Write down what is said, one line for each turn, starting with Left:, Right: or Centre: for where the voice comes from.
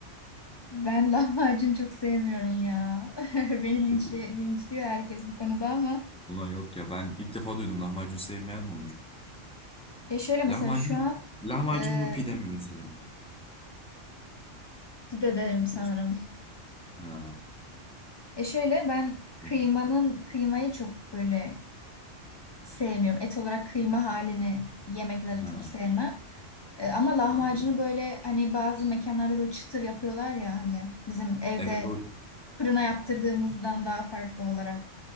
Left: Ben lahmacun çok sevmiyorum ya. <laughs> Beni linçle,
Centre: Peki.
Left: linçliyor herkes bu konuda ama.
Centre: Ama yok ya ben ilk defa duydum lahmacun sevmeyen mi olur?
Left: Ya şöyle mesela
Centre: Lahmacun
Left: şu an
Centre: lahmacun
Left: e,
Centre: mu pide mi mesela?
Left: ciddi ederim sanırım.
Centre: İç- Ha,
Left: E şöyle ben kıymanın,
Centre: bu-
Left: kıymayı çok böyle sevmiyorum. Et olarak kıyma halini yemeklere
Centre: ha,
Left: çok sevmem. E, ama lahmacunu
Centre: anladım.
Left: böyle hani bazı mekanlarda böyle çıtır yapıyorlar ya hani bizim evde
Centre: Evet o
Left: fırına yaptırdığımızdan daha farklı olarak.